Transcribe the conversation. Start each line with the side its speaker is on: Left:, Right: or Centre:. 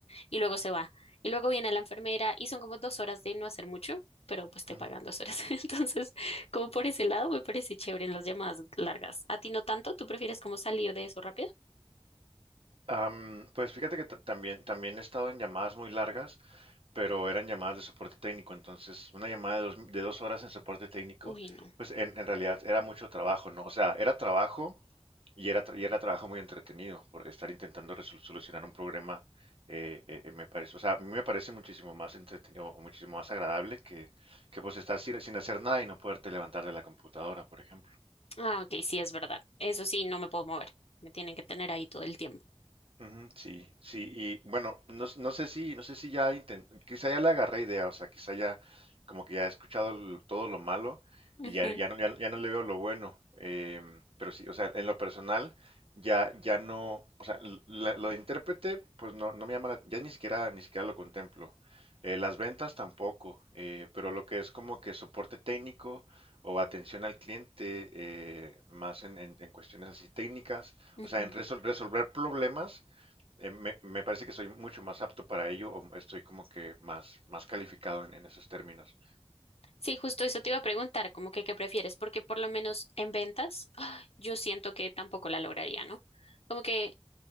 Left: Y luego se va. Y luego viene la enfermera y son como dos horas de no hacer mucho, pero pues te
Right: Ujú.
Left: pagan dos horas. <laughs> Entonces, como por ese lado, me parece chévere en las llamadas largas. ¿A ti no tanto? ¿Tú prefieres como salir de eso rápido?
Right: Am, pues fíjate que ta- también, también he estado en llamadas muy largas pero eran llamadas de soporte técnico, entonces una llamada de dos, de dos horas en soporte técnico,
Left: Uy, no.
Right: pues en, en realidad era mucho trabajo, ¿no? O sea, era trabajo y era, tra- y era trabajo muy entretenido por estar intentando resol- solucionar un problema, eh, eh, eh, me parece, o sea, a mí me parece muchísimo más entretenido o muchísimo más agradable que, que pues estar sin, sin hacer nada y no poderte levantar de la computadora, por ejemplo.
Left: Ah, ok, sí, es verdad. Eso sí, no me puedo mover. Me tienen que tener ahí todo el tiempo.
Right: Ujú, sí, sí, y bueno, no, s- no sé si, no sé si ya intenté, quizá ya le agarré idea, o sea, quizá ya como que ya he escuchado l- todo lo malo
Left: Ujú.
Right: y ya, ya no, ya, ya no le veo lo bueno, em, pero sí, o sea, en lo personal ya, ya no, o sea, l- la- lo de intérprete, pues no, no me llama, la- ya ni siquiera, ni siquiera lo contemplo, Eh, las ventas tampoco, eh, pero lo que es como que soporte técnico o atención al cliente, eh, más en en- en cuestiones así técnicas,
Left: Ujú.
Right: o sea, en resol- resolver problemas eh, me, me parece que soy mucho más apto para ello o estoy como que más, más calificado en, en esos términos.
Left: Sí, justo eso te iba a preguntar, como que qué prefieres, porque por lo menos en ventas ¡ah! yo siento que tampoco la lograría, ¿no? Como que,